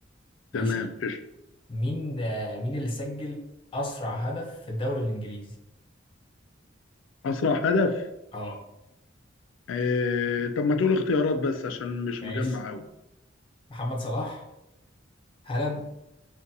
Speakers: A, on the left; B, on the left.
A: ماشي
B: تمام قشطه
A: مين آه، مين اللي سجل أسرع هدف في الدوري الإنجليزي؟
B: اسرع هدف
A: أه
B: آه... طب ما تقول اختيارات بس عشان مش
A: ماشي
B: مجمع قوي
A: محمد صلاح هالاند